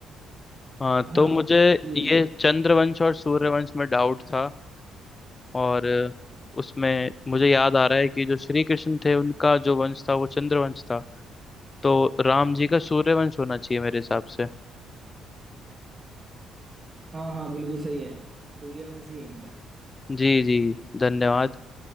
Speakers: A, on the left; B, on the right.
A: हाँ
B: हाँ
A: तो मुझे
B: यही
A: ये
B: है
A: चंद्रवंश और सूर्यवंश में डाउट था और उसमें मुझे याद आ रहा है कि जो श्री कृष्ण थे उनका जो वंश था वो चंद्रवंश था तो राम जी का सूर्यवंश होना चाहिए मेरे हिसाब से
B: हाँ हाँ बिल्कुल सही है सूर्यवंशी है इनका
A: जी जी धन्यवाद